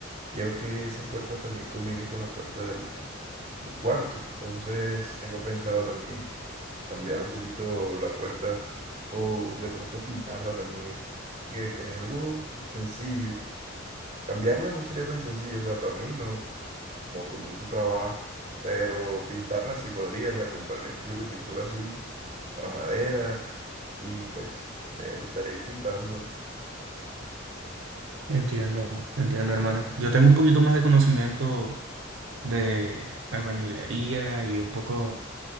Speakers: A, on the right; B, on the right.
A: quiero que esas puertas también combinen con la puerta del, del cuarto. Entonces tengo pensado también cambiar un poquito la puerta o de pronto pintarla también, porque pues algo sencillo. Cambiarla no sería tan sencillo, o sea, para mí no, como que mucho trabajo, pero pintarla sí podría, o sea, compraría un poquito de pintura así para madera y pues eh, estaré ahí pintando.
B: entiendo, entiendo, hermano. Yo tengo un poquito más de conocimiento de albañilería y un poco